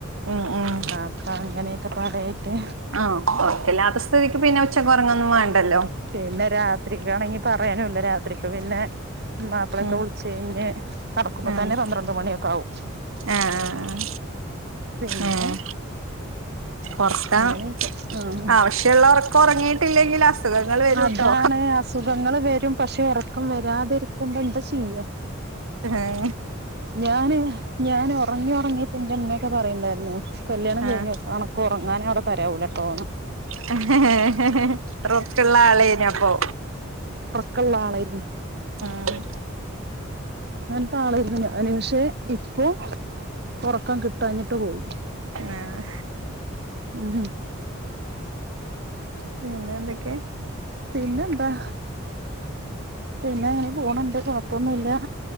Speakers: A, on the right (about 75°); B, on the right (about 50°).
A: ഉം ഉം
B: അപ്പൊ അങ്ങനെയൊക്കെ പാടായിട്ട്
A: ആഹ് ഉറക്കല്ലാത്ത സ്ഥിതിക്ക് പിന്നെ ഉച്ചക്ക് ഉറങ്ങൊന്നും വേണ്ടല്ലോ
B: പിന്നെ രാത്രിക്കാണെങ്കി പറയാനില്ല രാത്രി പിന്നെ മാപ്ല ഒക്കെ
A: ഉം
B: വുള്ച്ചിന്നെ കടക്കുമ്പെ
A: ആഹ്
B: തന്നെ പന്ത്രണ്ട് മണിയൊക്കെ ആവും
A: ആഹ്
B: പിന്നെ
A: ആഹ് ഉറക്കം
B: അങ്ങനെ ഒക്കെ ആഹ്
A: ആവശ്യമുള്ള ഉറക്കം ഉറങ്ങിയിട്ടില്ലെങ്കിൽ അസുഖങ്ങൾ വരൂട്ടോ
B: അതാണ് അസുഖങ്ങള് വെരും പക്ഷെ ഒറക്കം വരാതിരിക്കുമ്പ എന്താ ചെയ്യാ
A: ആഹ്
B: ഞാന് ഞാന് ഒറങ്ങി ഒറങ്ങിയപ്പെ ന്റെമ്മെ ഒക്കെ പറയണ്ടായിര്ന്നു. കല്ല്യാണം കഴിഞ്ഞോ,
A: ആഹ്
B: അനക്ക് ഉറങ്ങാന് അവിട തെരാവൂലെ തോന്ന്
A: ഹ് ഹ് ഹ് ഹ് റുക്ക്ള്ള ആളേനി അപ്പൊ
B: ക്ക്ള്ള ആളേയിരുന്നു.
A: ആഹ്
B: ത്താളായിര്ന്നു ഞാന്. പക്ഷെ, ഇപ്പൊ ഒറക്കം കിട്ടാഞ്ഞിട്ട് പോയി.
A: ആഹ്
B: ഉം
A: പിന്നെ എന്തെക്കെ?
B: പിന്നെന്താ പിന്നെ അങ്ങനെ പോണിണ്ട്. കൊ ഴപ്പൊന്നുല്ല.